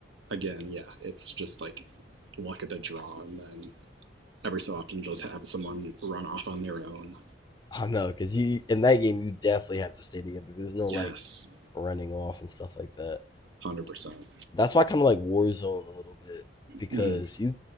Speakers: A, on the right; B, on the left.
A: Again, yeah, it's just like luck at the draw, and then every so often just have someone run off on their own.
B: I don't know because you in that game you definitely have to stay together. There's no like
A: Yes,
B: running off and stuff like that.
A: 100 percent.
B: that's why I kind of like Warzone a little bit because
A: hmm
B: you